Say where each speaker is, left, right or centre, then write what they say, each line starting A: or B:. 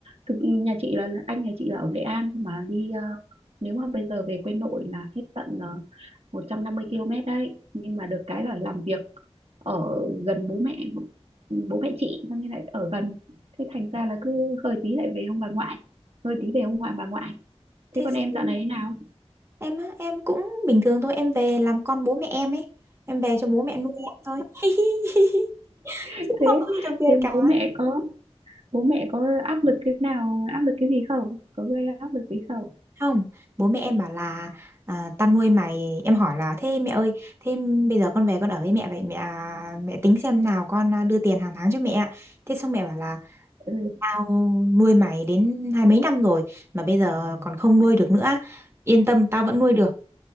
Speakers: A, on the right; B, on the right.
A: thực nhà chị là anh nhà chị là ở Nghệ An cơ mà đi ờ, nếu mà bây giờ về quê nội là hết tận uh, 150 km đấy nhưng mà được cái là làm việc ở gần bố mẹ bố mẹ chị cho nên lại ở gần thế thành ra là cứ hơi tí lại về ông bà ngoại hơi tí về ông ngoại bà ngoại
B: thế
A: thế còn em
B: xuống.
A: dạo này thế nào
B: em á em cũng bình thường thôi em về làm con bố mẹ em ấy em về cho bố mẹ nuôi em thôi <laughs>
A: <laughs>
B: cũng
A: thế
B: không có gì đặc biệt
A: thế
B: cả
A: bố mẹ có bố mẹ có áp lực cái nào áp lực cái gì không có gây áp lực gì không
B: Không, bố mẹ em bảo là à, tao nuôi mày, em hỏi là thế mẹ ơi, thế bây giờ con về con ở với mẹ vậy mẹ à, mẹ tính xem nào con à, đưa tiền hàng tháng cho mẹ. ạ. Thế xong mẹ bảo là
A: ừ.
B: tao nuôi mày đến hai mấy năm rồi mà bây giờ còn không nuôi được nữa. Yên tâm tao vẫn nuôi được,